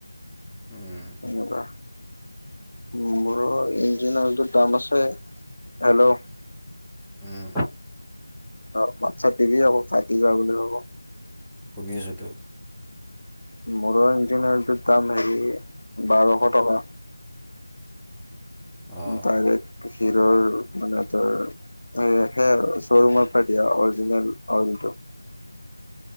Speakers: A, in the centre; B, on the left.
A: উম
B: এনেকুৱা, মোৰ ইঞ্জিন অইলটো দাম আছে। হেল্ল'।
A: উম
B: অ', মাত-চাত দিবি আকৌ কাটি যোৱা বুলি ভাবিব।
A: শুনি আছোতো
B: মোৰো ইঞ্জিন অইলটোৰ দাম হেৰি, বাৰশ টকা।
A: অঁ
B: ডাইৰেক্ট হিৰ'ৰ মানে তোৰ হেয়া, হিয়াই আৰু শ্ব'ৰুমৰ পৰা দিয়া অৰিজিনেল অইলটো।